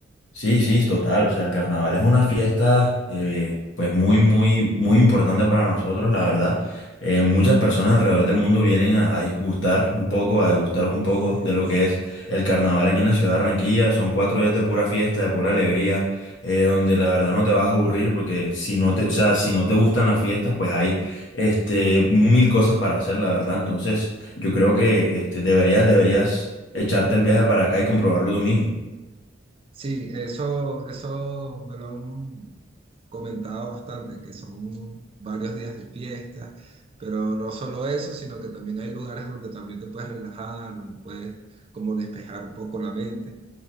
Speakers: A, on the left (about 80°); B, on the right (about 30°).
A: Sí, sí, total. O sea, el carnaval es una fiesta, eh, pues muy, muy, muy importante para nosotros, la verdad. Eh, muchas personas alrededor del mundo vienen a, a disgustar un poco, a degustar un poco de lo que es el carnaval aquí en la ciudad de Barranquilla. Son cuatro días de pura fiesta, de pura alegría, eh, donde la verdad no te vas a aburrir, porque si no te, o sea, si no te gustan las fiestas, pues hay, este, mil cosas para hacer, la verdad. Entonces, yo creo que, este, deberías, deberías echarte el viaje para acá y comprobarlo tú mismo.
B: Sí, eso, eso me lo han comentado bastante, que son varios días de fiesta, pero no solo eso, sino que también hay lugares donde también te puedes relajar, donde puedes como despejar un poco la mente.